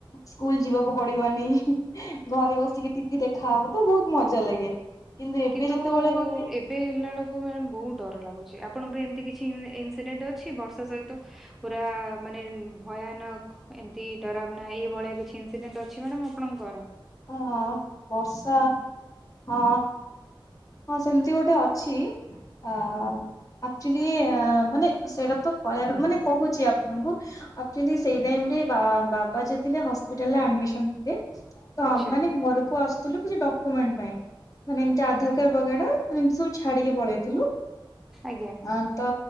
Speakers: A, on the left; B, in the centre.
A: ସ୍କୁଲ ଯିବାକୁ ପଡିବନି ଘରେ ବସିକି ଟିଭି ଦେଖା ତ ବହୁ ଖୁ ମଜା ଲାଗେ ଏବେ
B: କିନ୍ତୁ
A: ଯେତେବେଳେ ଗୋଟେ
B: ଏବେ ହେଲା ବେଳକୁ ମ ବହୁତ ଡର ଲାଗୁଛି ଆପଣଙ୍କର ଏମିତି କିଛି ଇନସିଡେଣ୍ଟ ଅଛି ବର୍ଷା ସହିତ ପୁରା ମାନେ ଭୟାନକ ଏମିତି ଡରାବ ନାହିଁ ଏଇଭଳିଆ କିଛି ଇନସିଡେଣ୍ଟ ଅଛି ମ୍ୟାଡ ଆପଣଙ୍କର
A: ହ ବର୍ଷା ହଁ ହଁ ସେମିତି ଗୋଟେ ଅଛି ଅ ଆଚୁଲି ମାନେ ସେଇଟା ତ କହ ମାନେ କହୁଛି ଆପଣଙ୍କୁ ଆଚୁ ସେଇଟା ବା ହପିଟାଲମି ଥିଲେ ତମମାନେେ
B: ଆଚ୍ଛା
A: ଘରକୁ ଆସୁଥିଲୁ କିଛି ଡ ମାନେ ଆଧ କ ବଗେଇା ମାନେ ଏମତି ସବୁ ଛାଡିକି ପଳେଇଥିଲୁ
B: ଆଜ୍ଞା
A: ହଁ ତ